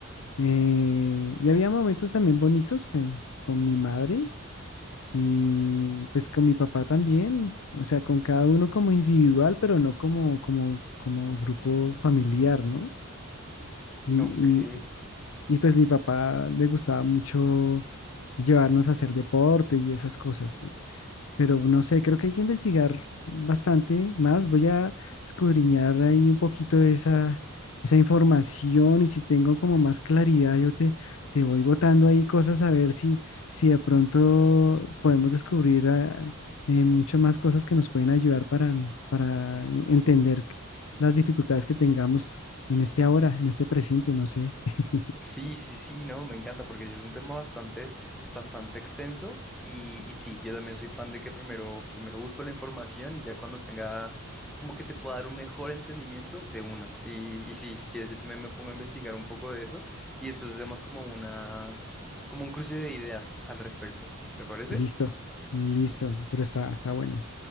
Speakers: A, on the left; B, in the centre.
A: Eh, y había momentos también bonitos que, con mi madre y pues con mi papá también, o sea, con cada uno como individual, pero no como, como, como grupo familiar, ¿no? Y,
B: Ok.
A: y, y pues mi papá le gustaba mucho llevarnos a hacer deporte y esas cosas pero no sé, creo que hay que investigar bastante más. Voy a escudriñar ahí un poquito de esa, esa información y si tengo como más claridad, yo te, te voy botando ahí cosas a ver si, si de pronto podemos descubrir ah, eh, mucho más cosas que nos pueden ayudar para, para entender las dificultades que tengamos en este ahora, en este presente, no sé. <laughs>
B: Sí, sí, sí, no, me encanta porque sí es un tema bastante, bastante extenso y, y sí, yo también soy fan de que primero, primero busco la información y ya cuando tenga, como que te pueda dar un mejor entendimiento de una. Y, y sí, si quieres, yo también me pongo a investigar un poco de eso y después hacemos como una, como un cruce de ideas al respecto. ¿Te parece?
A: Listo,
B: <laughs>
A: listo, pero está, está bueno.